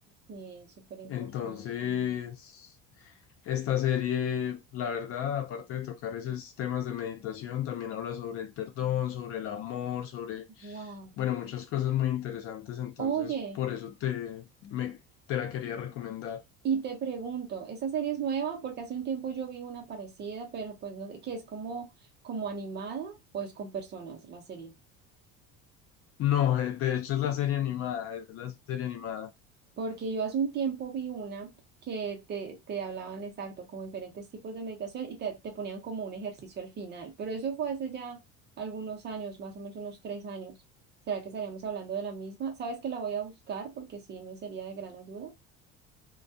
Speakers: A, on the right (about 35°); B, on the left (about 45°).
A: Sí, súper importante.
B: Entonces, esta serie, la verdad, aparte de tocar esos temas de meditación, también habla sobre el perdón, sobre el amor, sobre,
A: Wow.
B: bueno, muchas cosas muy interesantes. Entonces,
A: Oye.
B: por eso te, me, te la quería recomendar.
A: Y te pregunto, ¿esa serie es nueva? Porque hace un tiempo yo vi una parecida, pero pues no sé, que es como, como animada o es con personas la serie.
B: No, eh, de hecho es la serie animada, es la serie animada.
A: Porque yo hace un tiempo vi una que te, te hablaban exacto, como diferentes tipos de meditación y te, te ponían como un ejercicio al final. Pero eso fue hace ya algunos años, más o menos unos tres años. ¿Será que estaríamos hablando de la misma? ¿Sabes que la voy a buscar? Porque sí me sería de gran ayuda.